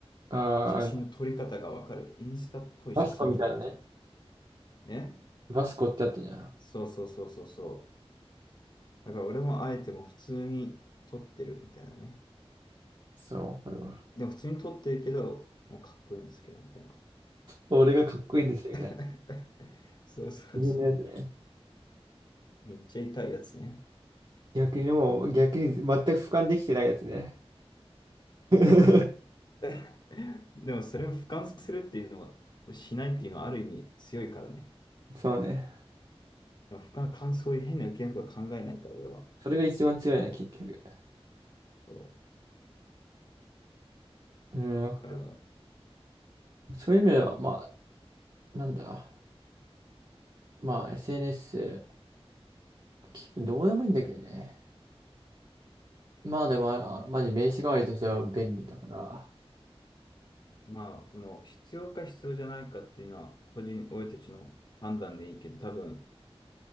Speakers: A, on the right; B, on the left.
A: ああ、
B: 写真の撮り方がわかる。インスタっぽい写真撮るみたいな。
A: バスコみたいなね。
B: ね
A: バスコってあったじゃん。
B: そうそうそうそうそう。だから俺もあえてもう普通に撮ってるみたいなね。
A: そう、これは。
B: でも普通に撮ってるけど、もうかっこいいんですけど、みたいな。
A: 俺がかっこいいんですよ、みたいな。
B: <laughs> そうそうそう。
A: 自分のやつね
B: めっちゃ痛いやつね。
A: 逆にもう、逆に全く俯瞰できてないやつね。<laughs>
B: <laughs> でもそれを俯瞰するっていうのは、しないっていうのはある意味強いからね。
A: そうね。
B: だから他の感想、変な受け身とか考えないから、俺は。
A: それが一番強いね、結局。
B: そ
A: うん、わかる。
B: う。だから、
A: そういう意味では、まあ、なんだ。まあ SNS、結局どうでもいいんだけどね。まあでも、あ、マジ名刺代わりとしては便利だから。
B: まあ、その、必要か必要じゃないかっていうのは、個人、俺たちの判断でいいけど、多分、